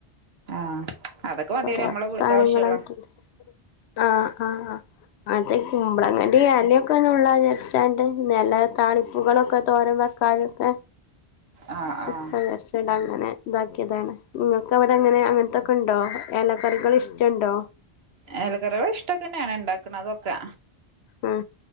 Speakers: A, on the right (about 70°); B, on the left (about 85°).
A: ആഹ് അതൊക്കെ മതിയല്ലേ
B: ഓരോ
A: നമ്മളെ വിട്ക്ക
B: സാധനങ്ങളായിട്ടുണ്ട്
A: ആവശ്യള്ള
B: ആഹ് ആഹ് അതെ കുമ്പളങ്ങന്റിലൊക്കെ ന്നുള്ള വിചരിച്ചാണ്ട് നില താളിപ്പുകളൊക്കെ തോര വെക്കാതൊക്കെ
A: ആഹ്
B: <unintelligible>
A: ആഹ്
B: ങ്ങനെ ഇതാക്കിയതാണ് നിങ്ങൾക്ക് അവിടെ അങ്ങനെ അങ്ങനത്തൊക്കെ ഉണ്ടോ എല കറികൾ ഇഷ്ടണ്ടോ
A: ഏലക്കറികൾ ഇഷ്ടക്കന്നെണ് ണ്ടാക്ണതൊക്കെ
B: അഹ്